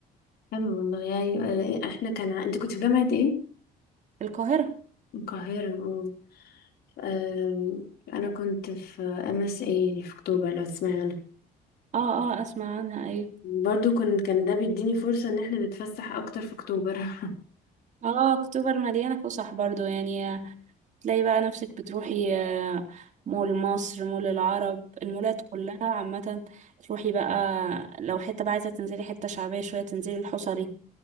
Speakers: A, on the left; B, on the right.
A: حلو والله يا ايوه احنا كان ع- انت كنت في جامعه ايه
B: القاهرة
A: القاهره آه. أم، انا كنت في ام اس اي اللي في اكتوبر لو تسمعي عنها
B: اه اه اسمع عنها ايوه
A: برضو كنت كان ده بيديني فرصة ان احنا نتفسح اكتر في اكتوبر <laughs>
B: اه اكتوبر مليانة فسح برضو يعني تلاقي بقى نفسك بتروحي آه، مول مصر مول العرب المولات كلها عامة تروحي بقى لو حتة بقى عايزة تنزلي حتة شعبية شوية تنزلي الحصري